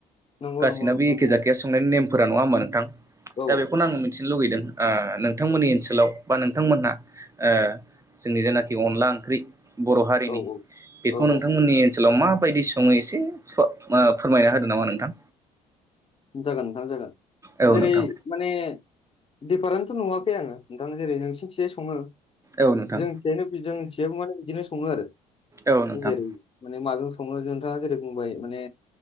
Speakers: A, on the left; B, on the right.
A: नंगौ
B: गासैनाबो
A: नंगौ नोंथां
B: एखे
A: नंगौ
B: जाखाया संनायनि नेमफोरा नंङा होमबा नोंथां
A: औ
B: दा बेखौनो आं मिथिनो लुगैदों। ओ नोंथांमोननि ओनसोलाव बा नोंथांमोनहा ओ जोंनि जेनाखि अनला ओंख्रि बर' हारिनि
A: औ
B: बेखौ
A: औ
B: नोंथांमोननि
A: औ
B: ओनसोलाव माबायदि सङो एसे फो ओ फोरमायना होदों नामा नोंथां
A: जागोन नोंथां जागोन
B: औ
A: जेरै-
B: नोंथां
A: माने दिफारेन्थ' नुवाखै आङो नोंथां जेरै नोंसिनिथिंजाय सङो
B: औ नोंथां
A: जोंथिंजायनो जोंथियाब माने बिदिनो सङो आरो
B: औ नोंथां
A: नों जेरै माने माबायाव सोङो नोंथाङा जेरै बुंबाय माने